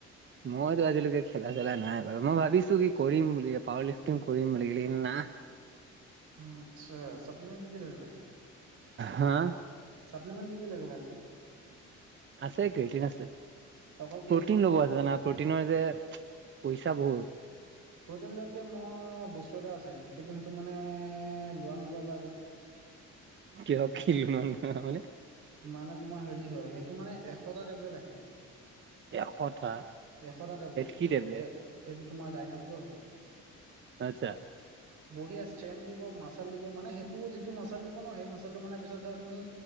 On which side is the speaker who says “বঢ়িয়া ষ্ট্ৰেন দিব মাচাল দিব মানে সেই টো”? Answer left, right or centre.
Right